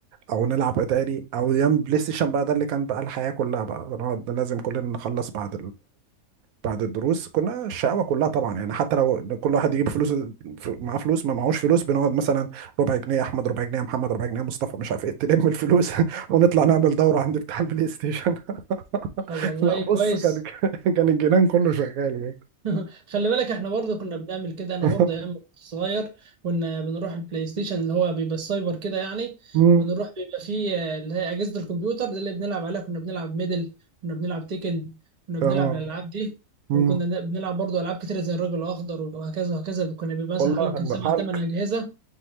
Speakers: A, on the right; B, on the right.
A: او نلعب اتاري او ايام بلاي ستيشن بقى ده اللي كان بقى الحياة كلها بقى نقعد لازم كلنا نخلص بعد بعد الدروس كنا الشقاوة كلها طبعا يعني حتى لو كل واحد يجيب فلوس ف- معاه فلوس ما معهوش فلوس بنقعد مثلا ربع جنيه احمد ربع جنيه محمد ربع جنيه مصطفى مش عارف ايه تلم الفلوس <laughs> ونطلع نعمل دورة عند بتاع البلاي ستيشن <laughs>
B: طب والله
A: لا بص
B: كويس
A: كان كان الجنان كله شغال يعني
B: <laughs> خلي بالك احنا برضه كنا بنعمل كده انا
A: <laughs>
B: برضه ايام ما كنت صغير كنا بنروح البلاي ستيشن اللي هو بيبقى السايبر كده يعني
A: مم.
B: ونروح بيبقى فيه آه، اللي هي اجهزه الكمبيوتر دي اللي بنلعب عليها كنا بنلعب ميدل كنا بنلعب تيكن كنا بنلعب
A: اه
B: الالعاب دي
A: مم.
B: وكنا بنلعب برضه العاب كتيره زي الرجل الاخضر وهكذا وهكذا كنا بيبقى
A: والله
B: مثلا حوالي يمكن سبع
A: حالك
B: ثمان اجهزه